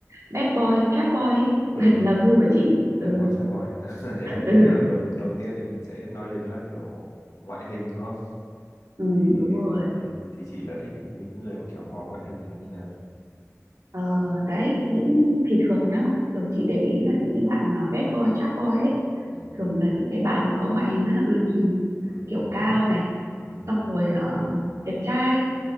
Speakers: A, on the right (about 80°); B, on the left (about 85°).
A: bad boy trap boy ấy. <laughs>
B: um
A: là, là gu của chị
B: đẹp
A: ừ,
B: bói cha bói thế à
A: <laughs> ừ,
B: tức là đầu đầu tiên thì mình sẽ nói đến là kiểu ngoại hình nó
A: ừ
B: thì
A: đúng rồi
B: thì chị là thích những người mà kiểu có ngoại hình là như nào
A: Ờ, đấy những thì thường nhá thường chị để ý là những cái bạn mà bad boy trap boy ấy
B: um
A: thường là những cái bạn mà có ngoại hình rất là ưa nhìn
B: um
A: kiểu cao này
B: um
A: xong rồi ờ, đẹp trai